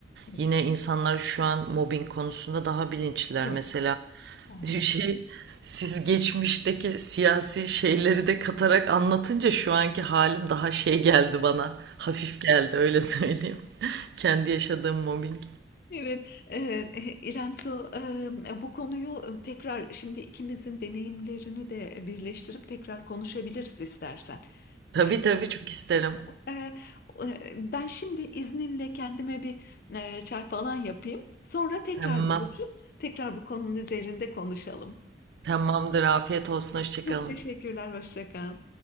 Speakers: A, on the left; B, on the right.
A: evet,
B: Yine insanlar şu an mobbing konusunda daha bilinçliler.
A: evet.
B: Mesela
A: Aha.
B: <laughs> şey siz geçmişteki siyasi şeyleri de katarak anlatınca şu anki halim daha şey geldi bana. Hafif geldi öyle söyleyeyim. <laughs> Kendi yaşadığım mobbing.
A: Evet, eee, İrem Su eee, bu konuyu tekrar şimdi ikimizin deneyimlerini de birleştirip tekrar konuşabiliriz istersen.
B: Tabii
A: Eee,
B: tabii çok isterim.
A: eee, Ben şimdi izninle kendime bir eee, çay falan yapayım. Sonra tekrar
B: Tamam.
A: buluşup tekrar bu konunun üzerinde konuşalım.
B: Tamamdır. Afiyet olsun. Hoşçakalın.
A: Çok teşekkürler, hoşça kal.